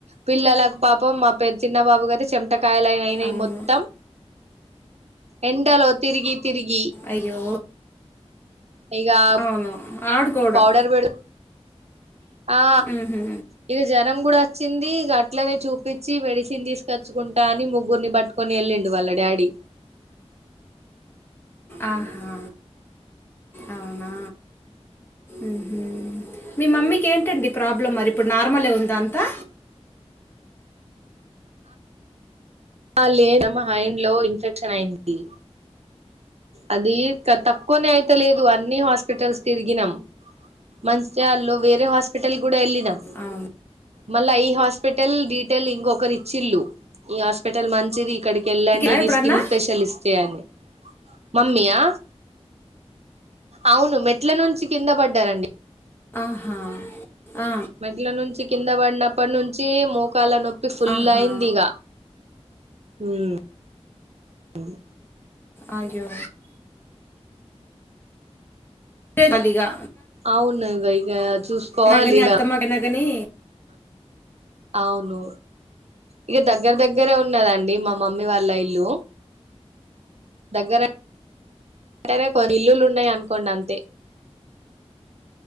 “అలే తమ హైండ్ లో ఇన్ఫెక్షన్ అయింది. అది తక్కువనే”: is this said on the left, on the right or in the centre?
Right